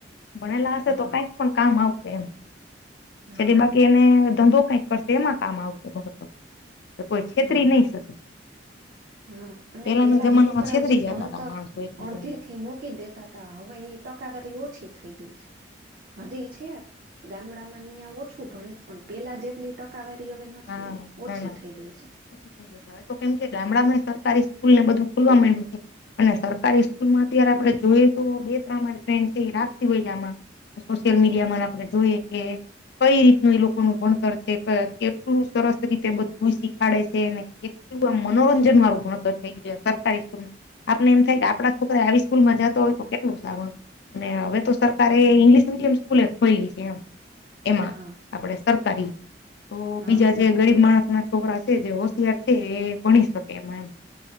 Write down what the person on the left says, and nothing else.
ભણેલા હશે
તો કઈક પણ કામ આવશે એમ,
<unintelligible> બાકી એને ધંધો કાઈક પણ શેમાં કામ આવશે ભણતર કે કોઈ છેતરી
નહી શકે
પેલાના
જમાનામાં
છેતરી
જતા
હતા માણસો એકબીજાને
હા
ના
ના
ઓછી હવે તો કેમ કે, ગામડામાંય સરકારી સ્કૂલ ને બધું ખુલવા મંડ્યું છે. અને સરકારી સ્કૂલ માં અત્યારે આપડે જોઈએ તો, બે ત્રણ મારી ફ્રેન્ડ છે એ રાખ્તી હોય આમાં. સોશિયલ મીડિયા
માં આપણે જોઈએ કે, કઈ રીતનું ઇ લોકોનું ભણતર છે ક કેટ્ ક્લું સરસ રીતે બધુંય શીખાડે છે, ને ક્ એવુ આમ મનોરંજન વારુ ભણતર થઈ ગય સરકારી સ્કૂલ આપને એમ થાય કે આપડા છોકરાય આવી સ્કૂલ માં જાતા હોય તો કેટલું સારુ. અને હવે તો સરકારે
ઇંગ્લિશ મીડિયમ સ્કૂલજ્ ખોયલી છે એમ. એમાં,
આપડે સરકારી તો,
બીજા જે ગરીબ માણસ ના છોકરા છે જે હોશિયાર છે, એ ભણી શકે એમાં એમ